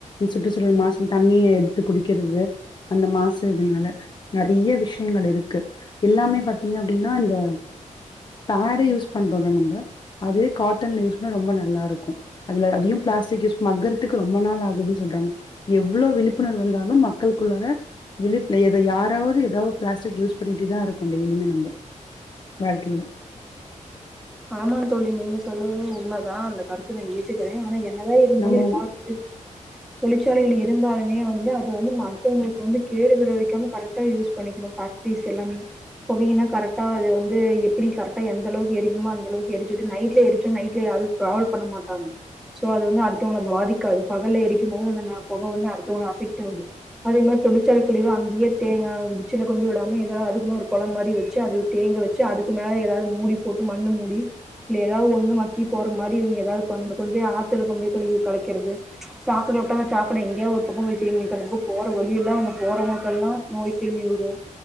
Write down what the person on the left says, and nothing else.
சுற்றுச்சூழல் மாசு தண்ணிய எடுத்து குடிக்கறது அந்த மாசு இதுனால நெறையா விஷ்யங்கள் இருக்கு எல்லாமே பாத்தீங்க அப்டின்னா இந்த தாடை யூஸ் பண்றோல்ல நம்ப அதுவே காட்டன்ல யூஸ் பண்ணா ரொம்ப நல்லாருக்கு அதுல அதையும் பிளாஸ்டிக் யூஸ் பணா மக்கறத்துக்கு ரொம்ப நாள் ஆகுது சொல்றாங்க எவ்ளோ விழிப்புணர்வு வந்தாலு மக்களுக்குள்ளார விழிப் எ எத யாராவது எதா பிளாஸ்டிக் யூஸ் பண்ணிட்டேதா இருக்கோ டெய்லியு நம்ப வாழ்க்கைல
நம்ம